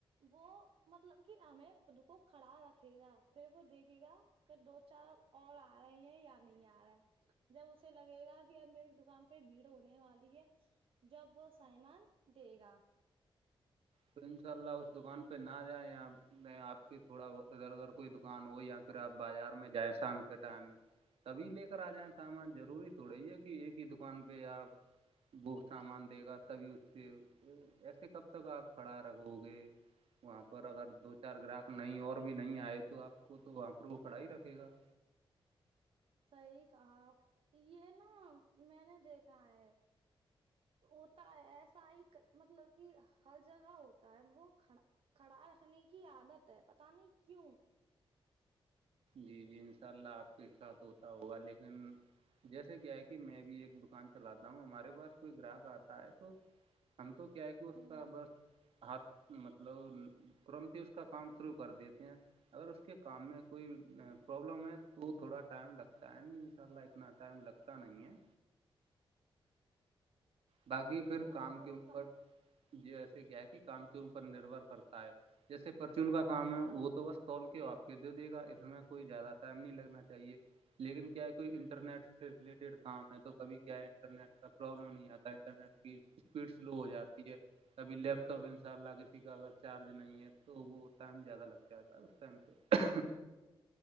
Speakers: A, on the right; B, on the right.
A: وہ مطلب کہ ہمیں خود کو کھڑا رکھے گا پھر وہ دیکھے گا- کہ دو چار اور آ رہے ہیں یا نہیں آ رہے- جب اسے لگے گا کہ اب میری دکان پہ بھیڑ ہونے والی ہے- جب وہ سائمان دے گا-
B: تو ان شاء اللہ اس دکان پہ نہ جائیں آپ نے آپ کی- تھوڑا ادھر ادھر کوئی دکان ہو یا پھر آپ بازار میں جائیں شام کے ٹائم- تبھی لے کر آ جائیں سامان ضروری تھوڑی ہے کہ ایک ہی دکان پہ آپ- وہ سامان دے گا تبھی اس سے ایسے کب تک آپ کھڑا رو گے- وہاں پر اگر دو چار گراہک نہیں اور بھی نہیں آئے تو آپ کو تو وہاں پر وہ کھڑا ہی رکھے گا-
A: صحیح کہا یہ نا میں نے دیکھا ہے- ہوتا ہے ایسا ہی مطلب کہ ہر جگہ ہوتا ہے وہ کھا- کھڑا رکھنے کی عادت ہے پتہ نہیں کیوں-
B: جی- جی انشاء اللہ آپ کے ساتھ ہوتا ہوگا لیکن جیسے کیا ہے کہ میں بھی ایک دکان چلاتا ہوں ہمارے پاس کوئی گراہک آتا ہے تو- ہم تو کیا ہے کہ اس
A: ہوں
B: کا بس- ہھ مطلب ترنت ہی اس کا کام شروع کر دیتے ہیں اگر اس کے کام میں- کوئی پرابلم ہے تو تھوڑا ٹائم لگتا ہے نہیں ان شاء اللہ اتنا ٹائم لگتا نہیں ہے- باقی پھر
A: یہاں
B: کام
A: ہوتا
B: کے اوپر
A: ہے
B: ج ایسے کیا ہے کہ کام کے اوپر نربھر کرتا ہے- جیسے پرچون کا کام ہے وہ تو بس توول کے آپ کے دے دے گا اس میں کوئی زیادہ ٹائم نہیں لگنا چاہیے- لیکن کیا کوئی انٹرنیٹ سے ریلیٹڈ کام ہے تو کبھی کیا ہے انٹرنیٹ کا پرابلم نہیں آتا- نیٹ کی اسپیڈ سلو ہو جاتی ہے کبھی لیپ ٹاپ ان شاء اللہ کسی کا اگر چارج نہیں ہے تو- تو وہ ٹائم زیادہ لگتا رہتا ہے اس ٹائم پہ-